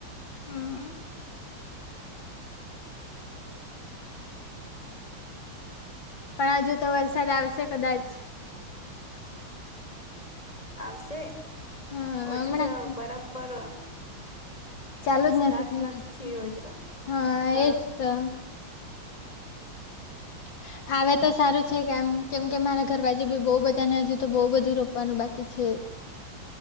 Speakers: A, on the left; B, on the left.
A: હમ્મ પણ અજુ તો વરસાદ આવશે કદાચ
B: આવશે
A: હા
B: અજુ
A: હમણાં
B: ત બરાબર.
A: ચાલુ જ
B: સ્ટાર્ટ
A: થયું
B: નથી થીયો એટલે.
A: હા
B: હ.
A: એજ તો <inaudible> આવે તો સારું છે કેમ કેમ કે મારા ઘર બાજુ બી બોવ બધા ને હજુ તો બોવ બધું રોપવાનું બાકી છે.